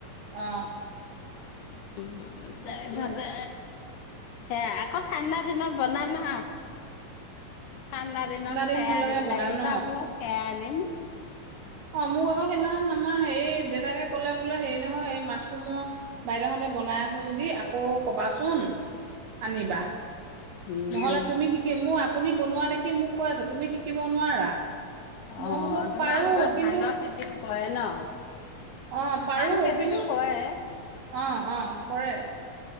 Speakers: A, on the right (about 75°); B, on the left (about 75°).
A: অ
B: উম, তাৰপিছতে
A: তাকে
B: সেয়া আক <unintelligible> দিনত বনাবা ঠাণ্ডা দিনত
A: দিন
B: সেইয়া
A: হলেহে
B: আনি পেলাই
A: বনাই
B: এইবাৰ
A: ন
B: বোলো সেইয়াই <inaudible>
A: অ' মোক আকৌ সেইদিনাখন আমাৰ হেৰি দেউতাকে ক'লে বোলে হেৰি নহয় এই মাছ মই বাইদেউহতে বনাই আছো যদি আকৌ কবাচোন। আনিবা,
B: উম উম
A: নহ'লো তুমি শিকি মোৰ আপুনি বনোৱা দেখি মোক কৈ আছে, তুমি শিকিব নোৱাৰা মই
B: অ
A: বোলো
B: তোমালোকৰ
A: পাৰো।
B: ধানৰ
A: কিন্তু
B: খেতিও কৰে ন?
A: অ পাৰো
B: ধান খেতিটো
A: কিন্তু
B: কৰে।
A: অ' অ' কৰে।